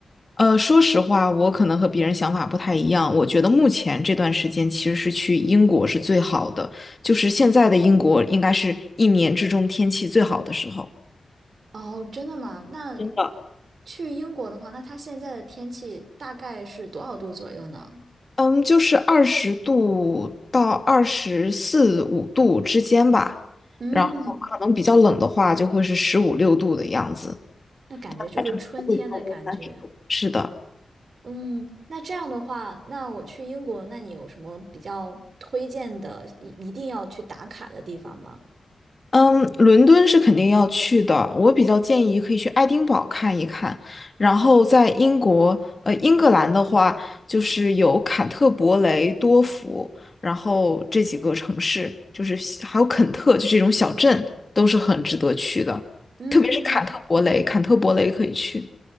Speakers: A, on the left; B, on the right.
A: 呃，说实话，我可能和别人想法不太一样。我觉得目前这段时间其实是去英国是最好的，就是现在的英国应该是一年之中天气最好的时候。
B: 哦，真的吗？那
A: 真的，
B: 去英国的话，那它现在的天气大概是多少度左右呢？
A: 嗯，就是二十度到二十四五度之间吧，
B: 嗯，
A: 然后可能比较冷的话就会是十五六度的样子，
B: 那感觉就是春天的感觉。
A: 反正不会超过三十度。是的，
B: 嗯，那这样的话，那我去英国，那你有什么比较推荐的，一一定要去打卡的地方吗？
A: 嗯，伦敦是肯定要去的。我比较建议可以去爱丁堡看一看，然后在英国，呃，英格兰的话，就是有坎特伯雷、多福，然后这几个城市，就是还有肯特，就这种小镇，都是很值得去的。
B: 嗯，
A: 特别是坎特伯雷，坎特伯雷可以去。